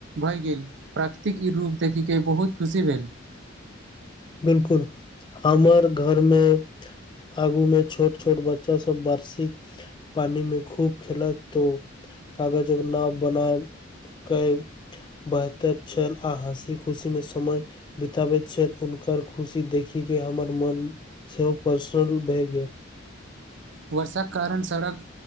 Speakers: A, on the right; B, on the left.
A: भय गेल प्राकृतिक ई रूप देखय के बहुत खुशी भेल
B: बिलकुल हमर घर मे आगू मे छोट छोट बच्चा सब वार्षिक पानी मे खूब खेलत तो कागजक नाप बना <unintelligible> बहतब छल आ हँसी खुशी मे समय बिताबति छथिन कर खुशी देखी के हमर मन सेहो प्रसन्न भय गेल
A: वर्षाक कारण सड़क